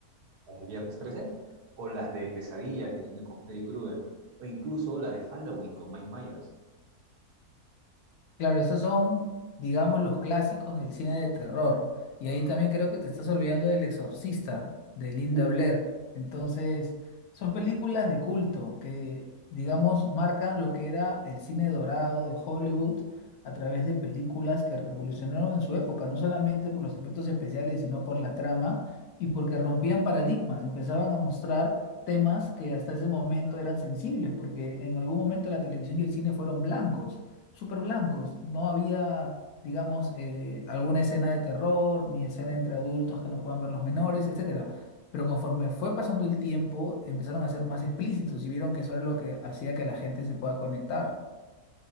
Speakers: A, on the right; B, on the left.
A: las de Viernes 13, o las de Pesadilla, que son de- con Freddy Krueger, o incluso la de Halloween con Mike Myers.
B: Claro, esos son, digamos, los clásicos del cine de terror. Y ahí también creo que te estás olvidando del Exorcista, de Linda
A: Uf,
B: Blair. Entonces, son películas de culto que, digamos, marcan lo que era el cine dorado de Hollywood a través de películas que revolucionaron en su época, no solamente por los efectos especiales, sino por la trama y porque rompían paradigmas, empezaban a mostrar temas que hasta ese momento eran sensibles, porque en algún momento la televisión y el cine fueron blancos súper blancos. No había, digamos, eh, alguna escena de terror, ni escena entre adultos que no puedan ver los menores, etcétera. Pero conforme fue pasando el tiempo, empezaron a ser más explícitos y vieron que eso era lo que hacía que la gente se pueda conectar.